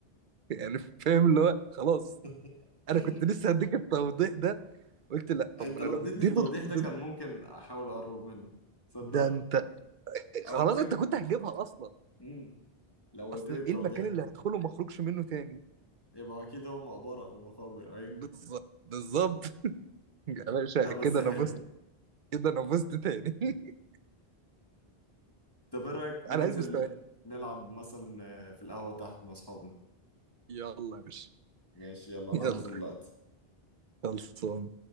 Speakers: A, on the right; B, on the left.
A: يعني فاهم اللي هو خلاص
B: <laughs>
A: انا كنت لسه هديك التوضيح ده قلت لا طب
B: انت
A: ما انا
B: لو
A: لو
B: اديتني
A: اديته
B: التوضيح
A: التوضيح
B: ده كان ممكن احاول اقرب منه تصدق
A: ده انت
B: او
A: خلاص
B: ممكن
A: انت كنت هتجيبها اصلا
B: مم. لو قلت
A: اصل
B: لي التوضيح
A: ايه المكان
B: ده
A: اللي هدخله وما اخرجش منه تاني
B: يبقى اكيد هو مقبرة او مقابر ايوه
A: بالظبط بالظبط <laughs> يا باشا
B: لا
A: كده
B: بس حلو
A: انا فزت كده انا فزت تاني <laughs>
B: طب ايه رأيك ننزل
A: انا عايز مستوى
B: نلعب مثلا آه، في القهوة تحت مع اصحابنا
A: يلا يا باشا
B: ماشي يلا
A: يلا
B: انا هنزل دلوقتي
A: خلصان